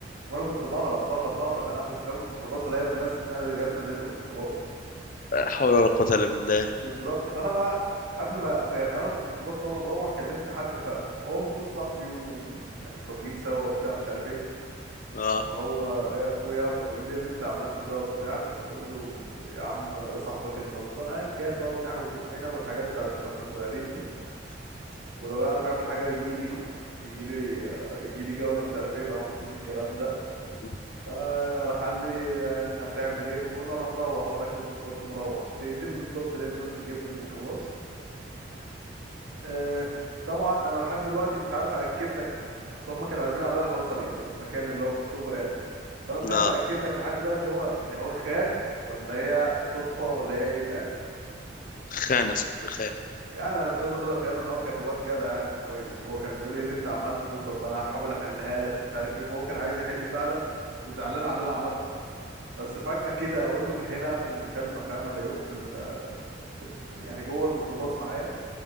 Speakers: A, on the right; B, on the left.
A: وانا كنت بهرب بهرب بهرب يعني انا بستخبى في ميكروباص الاقي ناس ناس جات نزلتني من الميكروباص
B: لا حول ولا قوة الا بالله
A: بالظبط فانا بقى قبل ما أخ- يعني انا في الميكروباص وانا مروح كلمت حد فهو المفروض صاحبي ومتربيين سوا وبتاع مش عارف ايه
B: اه
A: هو ايه يا اخويا فبيقول لي إيه اللي انت عملته ده وبتاع فبقول له يا عم صاحبك اللي غلطان ايا كان بقى وبنعوج بقنا والحاجات بتاعت واحنا صغيرين دي ولو يعرف يعمل حاجه يجي لي يجي لي يجي لي جوله مش عارف ايه طبعا مفيش الكلام ده
B: <laughs>
A: فراح قال لي انت هتعمل ايه فبقول له انا مروح وراكب الميكروباص ومروح دقيقتين بالظبط لقيت ناس بتجيبني من الميكروباص آه طبعا انا لحد دلوقتي مش عارف اكد لك اصل هم كانوا قلبين عليا الحصري او المكان اللي هو في اكتوبر يعني فانا مش عارف
B: اه
A: اكد لك لحد دلوقتي هو يعني هو خان ولا هي صدفه ولا هي ايه فاهم
B: خانة صاحبي خانة
A: يعني انا مش عايز اخدها خيانه ان هو كان واد جدع يعني وكويس وهو كان بيقول لي ايه اللي انت عملته طب انا هحاول احلها لك ومش عارف ايه فهو كان عايز يحل فعلا وزعلان على اللي انا عملته بس فجاه كده اقول له من هنا اقفل المكالمه فاهم الاقيهم في ال في ال يعني جوه الميكروباص معايا